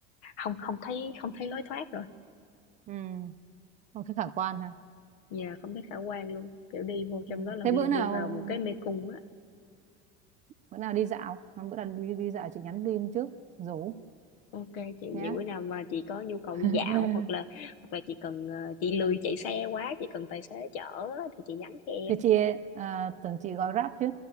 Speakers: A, on the left; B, on the right.
A: không không thấy không thấy lối thoát
B: Ừ. Không thấy khả quan ha
A: Dạ, không thấy khả quan luôn, kiểu, đi vô trong
B: ừ.
A: đó là
B: thế
A: đi
B: bữa
A: đi
B: nào
A: vào một cái mê cung á.
B: bữa nào đi dạo bữa nào đi, đi dạo chị nhắn tin trước rủ
A: ok chị,
B: nhá
A: vậy bữa nào mà chị có nhu cầu
B: <laughs>
A: đi dạo hoặc là hoặc là chị cần, ờ, chị lười chạy xe quá, chị cần tài xế chở á thì chị nhắn cho em.
B: Thưa chị à, tưởng chị gọi Grab chứ